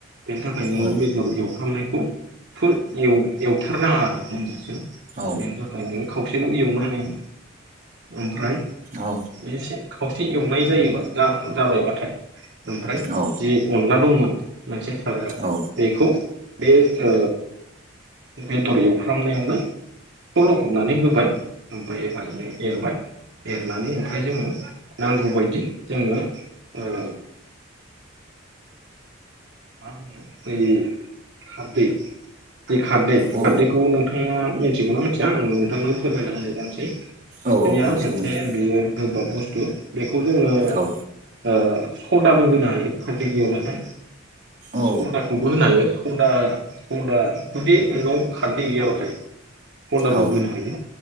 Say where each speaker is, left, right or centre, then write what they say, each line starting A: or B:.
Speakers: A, on the right; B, on the right.
A: बेनि थाखायनो
B: औ
A: बेदर एवफ्रामनायखौ फुल एव-एवथार नाङा आरो मोनजा से।
B: औ
A: <unintelligible> खावसेल' एवनो हायो ओमफ्राय एसे
B: औ
A: खावसे एवनाय जायोबा जा-जाबाय बाथाय ओमफ्राय
B: औ
A: जि अनला दंमोन मोनसे सारायाव
B: औ
A: बेखौ बे ओ बेदर एवफ्रामनायावनो स' लखबनानै होबाय ओमफाय <unintelligible> एरबाय। एरनानै ओमफ्राय जोङो नांगौ बायदि जोङो ओ मा होनो बै खारदै खारदै। खारदैखौ
B: औ
A: नोंथाङा मिथिगौ ना मिथिया आं नोंथांनो फोरमायना होनाय जानोसै। खारदैया
B: औ औ मिथिगौ
A: मोनसे
B: मिथिगौ
A: बेयो गोबाब बुस्थु। बेखौ जोङो
B: औ
A: ओ सदाबो होनो हायो खारदै गैयाब्लाथाय।
B: औ
A: सदाखौबो होनो हायो सदा सदा जुदि नोंनाव खारदै गैयाबाथाय। सदाबो
B: औ
A: होनो हायो।